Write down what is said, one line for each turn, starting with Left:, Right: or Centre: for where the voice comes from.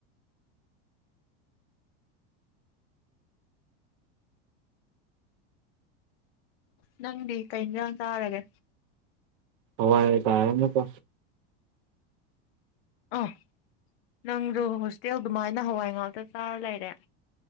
Left: ꯅꯪꯗꯤ ꯀꯩ ꯏꯟꯖꯥꯡ ꯆꯥꯔꯒꯦ
Right: ꯍꯋꯥ ꯌꯥ ꯇꯔꯦ ꯅꯤꯕ
Left: ꯑꯥ ꯅꯪꯁꯨꯣ ꯍꯣꯁꯇꯦꯜꯗꯨꯃꯥꯏꯅ ꯍꯋꯥꯏ ꯉꯥꯛꯇ ꯆꯥꯔ ꯂꯩꯔꯦ